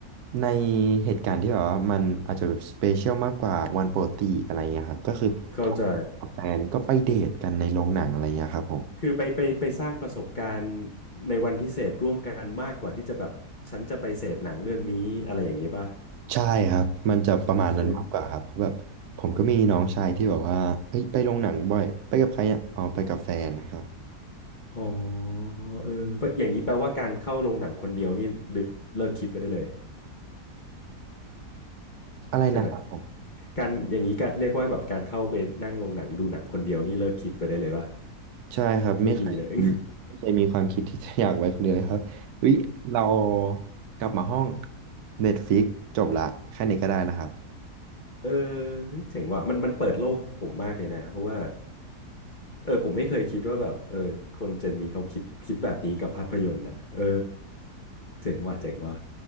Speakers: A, on the right; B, on the left.
A: ในเหตุการณ์ที่แบบว่ามันอาจจะสเปเชียลมากกว่าวันปกติอะไรเงี้ยครับก็คือถ้
B: เข้าใจ
A: าแฟนก็ไปเดทกันในโรงหนังอะไรเงี้ยครับผม
B: คือไปไปไปสร้างประสบการณ์ในวันพิเศษร่วมกันมากกว่าที่จะแบบฉันจะไปเสพหนังเรื่องนี้อะไรอย่างนี้ป่ะ
A: ใช่ครับ มันจะประมาณนั้นมากกว่าครับเพราะแบบผมก็มีน้องชายที่แบบว่าเฮ้ยไปโรงหนังบ่อย
B: เออ
A: ไปกับใครอ่ะอ๋อไปกับแฟนนะครับ
B: อ๋อเออเพราะอย่างนี้แปลว่าการเข้าโรงหนังคนเดียวนี่หรือเลิกคิดไปได้เลย
A: อะไรนะครับผม
B: ใช่ไหมการอย่างนี้ก็เรียกว่าแบบการเข้าไปนั่งโรงหนังดูหนังคนเดียวนี่เลิกคิดไปได้เลยป่ะ
A: ใช่ครับไม่เคยมีไม่เคยมีความคิดที่จะอยากไว้คนเดียวเลยครับเฮ้ยเรา
B: ไม่มีเลย <laughs>
A: กลับมาห้อง Netflix จบละแค่นี้ก็ได้แล้วครับ
B: เออเฮ้ยเจ๋งว่ะมันมันเปิดโลกผมมากเลยนะเพราะว่าเออผมไม่เคยคิดว่าแบบเออคนเจนนี้เขาคิดคิดแบบนี้กับภาพยนตร์อ่ะเออเจ๋งว่ะเจ๋งว่ะ